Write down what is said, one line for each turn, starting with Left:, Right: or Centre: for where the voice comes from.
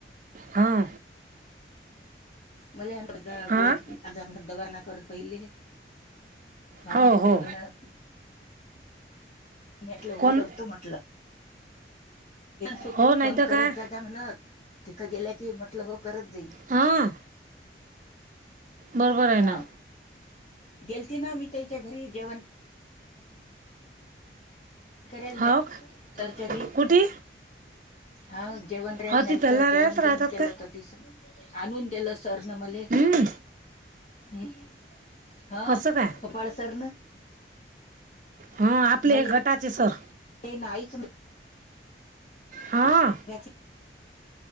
Right: हां
Left: मले
Right: हां
Left: गोळ्या आण दवाखा ना कर पहिले हा
Right: हो
Left: म्हजे
Right: हो
Left: म्ह म्हटलं घोर
Right: कोण
Left: करतो म्हणत सुखरूप
Right: हो नाही
Left: फोन
Right: तर
Left: करत
Right: काय
Left: जा जा म्हणत तिथं गेल्या की म्हटलं हो करत देईन
Right: हां बरोबर आहे
Left: हा
Right: ना
Left: गेलती ना मी त्याच्या घरी जेवण केल नाही
Right: हो का
Left: तरचरी
Right: कुठे
Left: हा जेवण राहिल
Right: हो ती
Left: नलत
Right: तेलाऱ्याच
Left: जेवण
Right: राहतात
Left: घेऊन केलं
Right: का
Left: होत तिस आणून दिलं सरन मला
Right: हम्म
Left: ह हा
Right: असं काय
Left: फोपाळसर न
Right: हां आपले
Left: मले
Right: हे गटाचे सर
Left: ते नाहीच
Right: हां
Left: त्याची